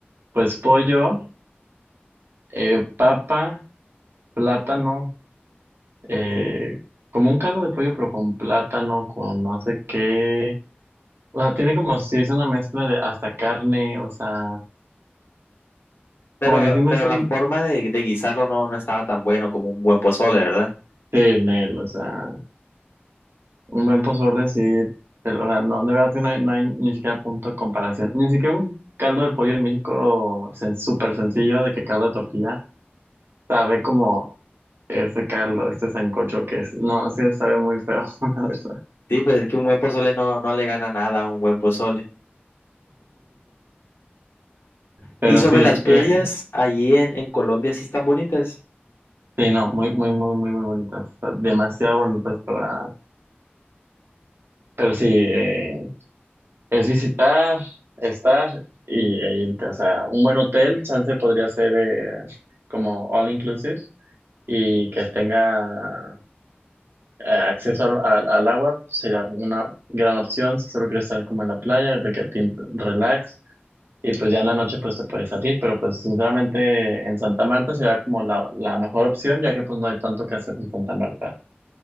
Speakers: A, on the right (about 70°); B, on the left (about 75°).
A: pues pollo, eh, papa, plátano, eh, como un caldo de pollo, pero con plátano, con no sé qué. O sea, tiene como si es una mezcla de hasta carne, o sea,
B: Pero,
A: como que sí mezclan
B: pero la forma de, de guisarlo no, no estaba tan bueno como un buen pozole, ¿verdad?
A: de en o sea, un buen pozole sí, pero, o sea, no, de verdad que no hay, no hay ni siquiera punto de comparación, ni siquiera un caldo de pollo en México sen- súper sencillo, de que caldo de tortilla. Sabe como ese caldo, este sancocho que es. No, sí, sabe muy feo, <laughs> la verdad.
B: Sí, pues es que un buen pozole no, no le gana nada a un buen pozole.
A: Pero
B: Y sobre
A: sí,
B: las playas,
A: eh,
B: allí en, en Colombia sí están bonitas.
A: sí, no, muy, muy, muy, muy, muy bonitas. o sea, demasiado bonitas para. Pero sí, eh, es visitar, estar y, e irte. O sea, un buen hotel, chance podría ser eh, como all inclusive y que tenga eh, acceso al, al- al agua, sería una gran opción. Si solo quieres estar como en la playa, de que te relax. Y pues ya en la noche pues te puedes salir, pero pues sinceramente en Santa Marta será como la, la mejor opción, ya que pues no hay tanto que hacer en Santa Marta.